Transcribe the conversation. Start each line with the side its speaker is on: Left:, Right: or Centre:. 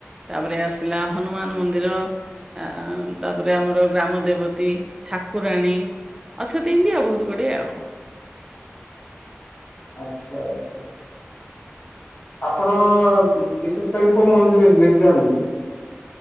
Right: ତାପରେ ଆସିଲା ହନୁମାନ ମନ୍ଦିର। ଆ ତାପରେ ଆମର ଗ୍ରାମ ଦେବତୀ ଠାକୁରାଣୀ। ଅଛନ୍ତି ଇଂତୀ ଆଉ ବହୁତ ଗୁଡେ ଆଉ।
Left: ଆଚ୍ଛା ଆଚ୍ଛା। ଆପଣ ବିଶେଷ୍ କରି କୋଉ ମନ୍ଦିରକୁ ବେଶୀ ବେଶୀ ଯାଆନ୍ତି?